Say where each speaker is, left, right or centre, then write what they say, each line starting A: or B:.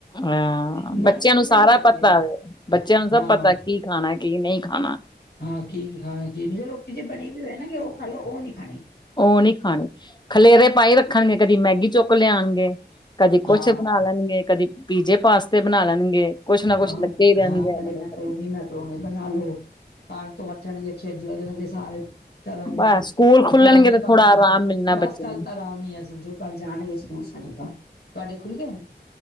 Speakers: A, on the left; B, on the left.
A: ਹਾਂ,
B: ਮਨ
A: ਬੱਚਿਆਂ
B: ਤਾਂ ਇੱਕ
A: ਨੂੰ
B: ਵੀ
A: ਸਾਰਾ
B: ਨੀ ਕਰਦਾ
A: ਪਤਾ
B: ਲਿਆਣ
A: ਵੇ, ਬੱਚਿਆਂ ਨੂੰ
B: ਹਾਂ
A: ਸਭ ਪਤਾ ਕੀ ਖਾਣਾ ਕੀ ਨਹੀਂ ਖਾਣਾ।
B: ਹਾਂ ਕੀ ਕੀ ਖਾਣਾ ਕਿ ਨਹੀ ਰੋਟੀ ਜੇ ਬਣੀ ਵੀ ਹੋਏ ਨਾ ਕਿ ਉਹ ਖਾ ਲਓ ਉਹ ਨੀ ਖਾਣੀ।
A: ਉਹ ਨਹੀ ਖਾਣੀ, ਖਲੇਰੇ ਪਾਾਈ ਰੱਖਣਗੇ ਕਦੀ ਮੈਗੀ ਚੁੱਕ ਲਿਆਉਣਗੇ। ਕਦੀ ਕੁਛ
B: ਹਾਂ
A: ਬਣਾ ਲੈਣਗੇ, ਕਦੀ ਪੀਜੇ, ਪਾਸਤੇ ਬਣਾ ਲੈਣਗੇ। ਕੁਛ ਨਾ ਕੁਛ
B: ਹਾਂ
A: ਲੱਗੇ ਹੀ ਰਹਿੰਦੇ
B: ਹਾਂ ਕਦੇ
A: ਹੈਗੇ ਨੇ।
B: ਮੈਕਰੋਨੀ ਮੈਕਰੋਨੀ ਬਣਾ ਲਓ, ਖਾਣ ਤੋਂ ਹਟਣਗੇ ਖੇਡਣ ਲੱਗਣਗੇ ਸਾਰੇ ਘਰਾਂ ਵਿੱਚ
A: ਬਸ ਸਕੂਲ ਖੁੱਲਣਗੇ
B: ਖਿਲੋਣੀ
A: ਤੇ
B: ਪਾ
A: ਥੋੜਾ
B: ਦੇਣਗੇ
A: ਆਰਾਮ ਮਿਲਣਾ
B: ਬਸ
A: ਬੱਚੇ
B: ਗੱਲ
A: ਨੂੰ।
B: ਤਾਂ ਈ ਐ ਕੱਲ ਜਾਣਗੇ ਸਕੂਲ ਸਾਡੇ ਤਾਂ, ਤੁਹਾਡੇ ਖੁੱਲ੍ਹ ਗਏ।